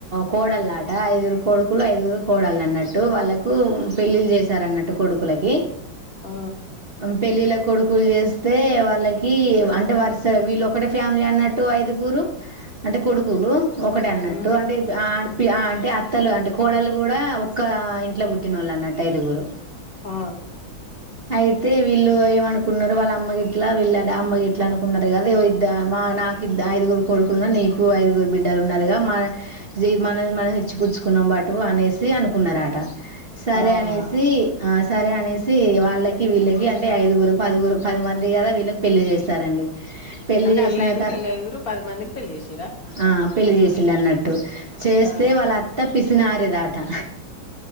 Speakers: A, on the right; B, on the left.
A: కోడలు నాట ఐదుగురు కోడలు కొడుకులు ఐదుగురు కోడాల్లన్నట్టు వాళ్ళకు పెళ్ళిళ్ చేశార అన్నట్టు కొడుకులకి
B: ఆ
A: పెళ్ళిళ్ళ కొడుకులు చేస్తే వాళ్ళకి అంటే వర్స వీళ్ళ ఒకటి ఫ్యామిలీ అన్నట్టు ఐదుగురు అంటే కొడుకులు ఒకటి అన్నట్టు
B: మ్మ్
A: అంటే అంటే అత్తలు అంటే కోడలు కూడా ఒక్క ఇంట్లో పుట్టిన వాళ్ళు అన్నట్టు ఐదుగురు
B: ఆ
A: అయితే వీళ్ళు ఏమనుకున్నారు వాళ్ళ అమ్మ గ ఇట్లా వీళ్ళ అమ్మ గ ఇట్లా అనుకున్నారు కదా మా నాకు ఐదుగురు కొడుకులున్న నీకు ఐదుగురు బిడ్డలు ఉన్నారుగా మన మన మనం ఇచ్చి పుచ్ చ్చుకున్నబటు అనేసి అనుకున్నట సరే
B: అవునా
A: అనేసి సరే అనేసి వాళ్ళకి వీళ్ళకి అంటే ఐదుగురు పదిగురు పది మంది కదా వీళ్ళకి పెళ్లి చేస్తారండి పెళ్లిి
B: అంటే
A: చేసిన
B: అల్ల ఐదుగురు
A: తర
B: ఇల్ల ఐదుగురు పది మందికి పెళ్లి చేసిర్రా
A: ఆ పెళ్లిి చేసిల్లన్నట్టు చేస్తే
B: ఆ
A: వాళ్ళ అత్త పిసినారి దాట దా